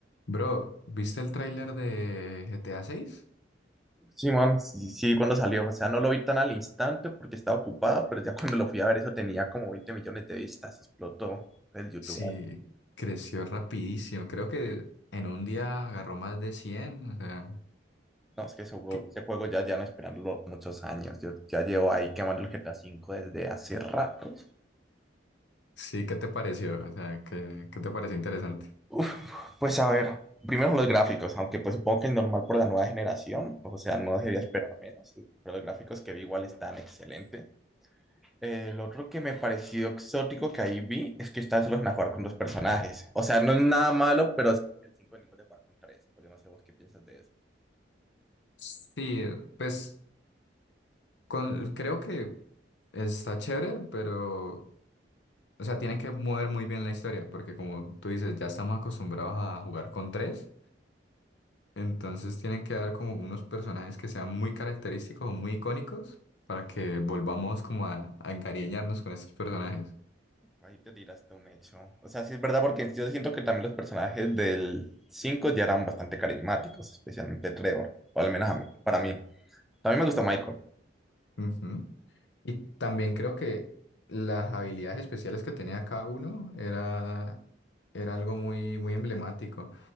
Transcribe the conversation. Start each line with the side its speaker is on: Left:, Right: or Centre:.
Left: Bro, ¿viste el tráiler de GTA seis?
Centre: Simón, sí, sí, cuando salió, o sea, no lo vi tan al instante porque estaba ocupado, pero ya cuando lo fui a ver eso tenía como 20 millones de vistas, explotó el YouTube.
Left: Sí, creció rapidísimo. Creo que en un día agarró más de cien, O sea,
Centre: No, es que ese juego,
Left: ¿qué-
Centre: ese juego ya llevan esperándolo muchos años, yo ya llevo ahí quemando el GTA cinco desde hace rato.
Left: sí, ¿qué te pareció? O sea, ¿qué, qué te pareció interesante?
Centre: Uf, pues a ver, primero los gráficos, aunque pues supongo que es normal por la nueva generación, o sea, no debería esperar menos, sí, pero los gráficos que vi igual están excelentes. El otro que me pareció exótico que ahí vi es que esta vez lo van a jugar con dos personajes. O sea, no es nada malo, pero sí que el 5 venimos de jugar con tres. O yo no sé vos qué piensas de eso.
Left: Sí, pues con- creo que está chévere, pero, o sea, tienen que mover muy bien la historia, porque como tú dices, ya estamos acostumbrados a jugar con tres. Entonces tienen que dar como unos personajes que sean muy característicos o muy icónicos para que volvamos como a, a encariñarnos con estos personajes.
Centre: Ahí te tiraste un hecho. O sea, sí es verdad porque yo siento que también los personajes del 5 ya eran bastante carismáticos, especialmente Trevor, o al menos a mí- para mí. También me gusta Michael.
Left: Ujú. Y también creo que las habilidades especiales que tenía cada uno era, era algo muy, muy emblemático.